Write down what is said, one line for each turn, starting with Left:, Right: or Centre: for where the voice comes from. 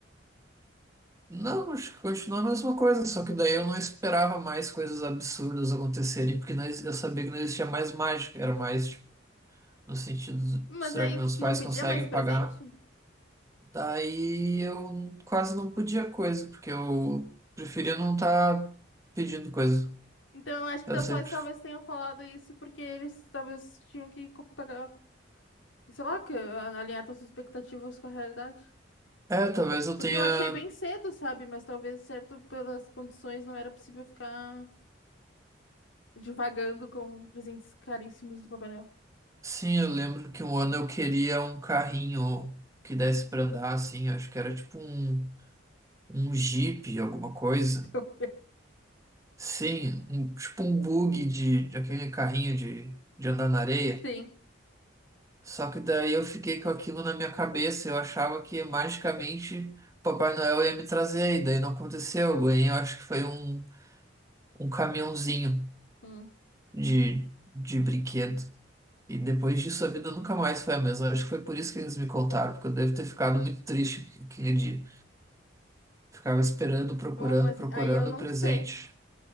Right: Não, acho que continua a mesma coisa, só que daí eu não esperava mais coisas absurdas acontecerem, porque não ex- eu sabia que não existia mais mágica, era mais tipo, no sentido, do,
Left: Mas
Right: será
Left: aí
Right: que meus
Left: tu
Right: pais
Left: não pedia
Right: conseguem
Left: mais presente?
Right: pagar? Daí eu quase não podia coisa, porque eu preferia não estar pedindo coisa.
Left: Então eu acho que
Right: Eu
Left: teus
Right: sempre.
Left: pais talvez tenham falado isso porque eles talvez tinham que co- pagar, sei lá, que ah, alinhar suas expectativas com a realidade.
Right: É, talvez eu
Left: Porque
Right: tenha.
Left: eu achei bem cedo, sabe? Mas talvez, certo, pelas condições, não era possível ficar divagando com presentes caríssimos do Papai Noel.
Right: Sim, eu lembro que um ano eu queria um carrinho que desse pra andar, assim, acho que era tipo um, um Jeep, alguma coisa.
Left: <laughs>
Right: Sim, um, tipo um bug de, de aquele carrinho de, de andar na areia.
Left: Sim.
Right: Só que daí eu fiquei com aquilo na minha cabeça. Eu achava que magicamente Papai Noel ia me trazer, e daí não aconteceu. Eu ganhei, eu acho que foi um, um caminhãozinho
Left: Hum.
Right: de, de brinquedo. E depois disso a vida nunca mais foi a mesma. Eu acho que foi por isso que eles me contaram, porque eu devo ter ficado muito triste aquele dia. Ficava esperando, procurando,
Left: Bom, mas
Right: procurando
Left: aí eu não
Right: o presente.
Left: sei.